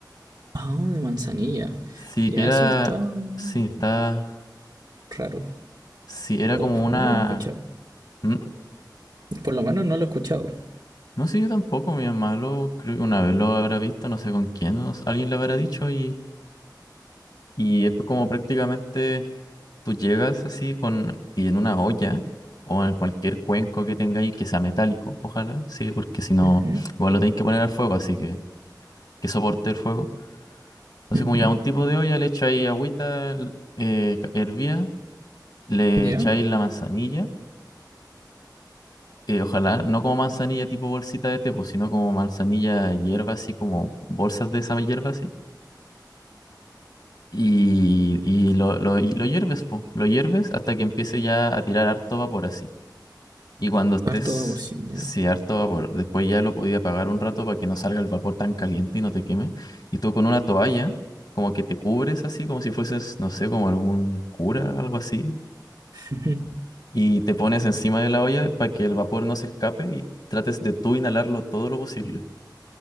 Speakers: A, on the right; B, on the left.
A: Ah, de manzanilla.
B: Sí,
A: Ya,
B: que era,
A: eso está mm,
B: sí, está...
A: raro.
B: Sí, era
A: O
B: como
A: por
B: una,
A: lo menos no lo he escuchado.
B: Mm,
A: Por lo menos no lo he escuchado.
B: No sé, yo tampoco, mi mamá lo creo que una vez lo habrá visto, no sé con quién, no sé, alguien le habrá dicho y, y es como prácticamente tú llegas así con y en una olla o en cualquier cuenco que tengáis que sea metálico, ojalá, sí, porque si no,
A: Ujú,
B: igual lo tenéis que poner al fuego, así que que soporte el fuego. Entonces
A: ujú.
B: como ya un tipo de olla le echáis agüita l- eh, ca- hervía, le
A: Ya,
B: echáis la manzanilla, eh, ojalá no como manzanilla tipo bolsita de té, pues, sino como manzanilla hierba, así como bolsas de esa hierba, así Y, y lo, lo, y lo hierves, po. Lo hierves hasta que empiece ya a tirar harto vapor así. Y cuando estés,
A: Harto vaporcito,
B: sí,
A: ya.
B: harto vapor, después ya lo podía apagar un rato para que no salga el vapor tan caliente y no te queme. Y tú con una toalla, como que te cubres así, como si fueses, no sé, como algún cura, algo así.
A: Ujú.
B: Y te pones encima de la olla para que el vapor no se escape y trates de tú inhalarlo todo lo posible.